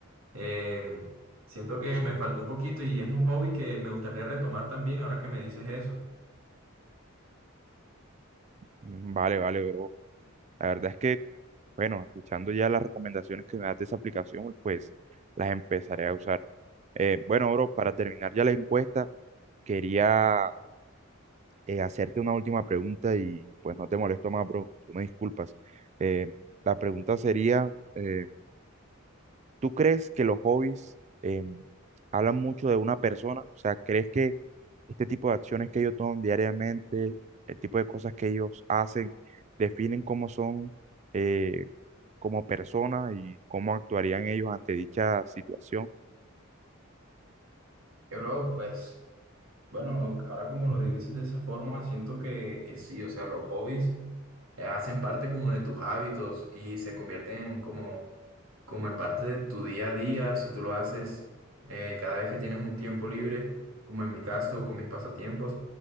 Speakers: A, on the right; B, on the right.
A: em, siento que me faltó un poquito y es un hobby que me gustaría retomar también ahora que me dices eso.
B: Mm, Vale, vale, bro. La verdad es que, bueno, escuchando ya las recomendaciones que me das de esa aplicación, pues las empezaré a usar. Eh, bueno, bro, para terminar ya la encuesta, quería eh, hacerte una última pregunta y pues no te molesto más, bro, tú me disculpas. Eh, la pregunta sería, eh, ¿Tú crees que los hobbies em, hablan mucho de una persona? O sea, ¿crees que este tipo de acciones que ellos toman diariamente, el tipo de cosas que ellos hacen, definen cómo son eh, como personas y cómo actuarían ellos ante dicha situación?
A: Eh, Bro, pues Bueno, ahora como lo dices de esa forma, siento que, que sí, o sea, los hobbies eh, hacen parte como de tus hábitos y se convierten en como, como en parte de tu día a día, si tú lo haces eh, cada vez que tienes un tiempo libre, como en mi caso, con mis pasatiempos,